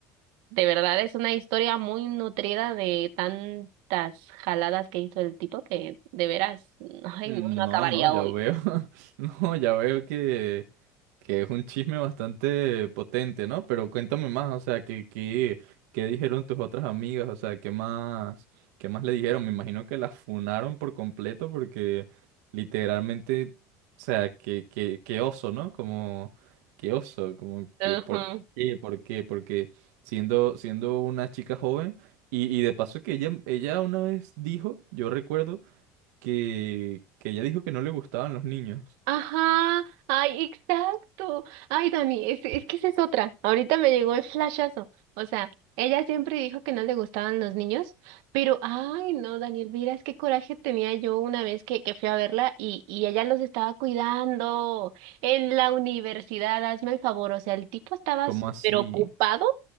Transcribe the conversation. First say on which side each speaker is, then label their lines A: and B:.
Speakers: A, on the right (about 70°); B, on the right (about 85°).
A: de verdad es una historia muy nutrida de tantas jaladas que hizo el tipo que de veras, <laughs> ay,
B: Mm,
A: no, no acabaría
B: No, no, ya
A: hoy.
B: veo. <laughs> No, ya veo que, que es un chisme bastante potente, ¿no? Pero cuéntame más, o sea, ¿qué, qué, qué dijeron tus otras amigas? O sea, ¿qué más, qué más le dijeron? Me imagino que las funaron por completo porque literalmente, o sea, que, que, qué oso, ¿no? Como, qué oso, como
A: Ujú.
B: que por qué, por qué, porque siendo, siendo una chica joven, y, y de paso que ella, ella una vez dijo, yo recuerdo que, que ella dijo que no le gustaban los niños.
A: Ajá, ay, exacto. Ay, Dani, es, es que esa es otra. Ahorita me llegó el flashazo. O sea, ella siempre dijo que no le gustaban los niños, pero, ay, no, Daniel, mira, es qué coraje tenía yo una vez que, que fui a verla y, y ella los estaba cuidando en la universidad, hazme el favor. O sea, el tipo estaba
B: ¿Cómo
A: súper
B: así?
A: ocupado